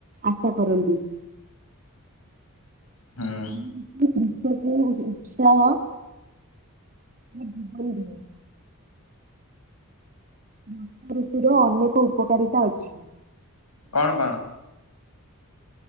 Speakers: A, on the right; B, on the left.
A: ଆଶା କରନ୍ତି। <inaudible>
B: ହୁଁ
A: <unintelligible> ଉତ୍ସାହ। <unintelligible> ବର୍ଷା ଋତୁ ର ଅନେକ ଉପକାରିତା ଅଛି ।
B: କଣ କଣ?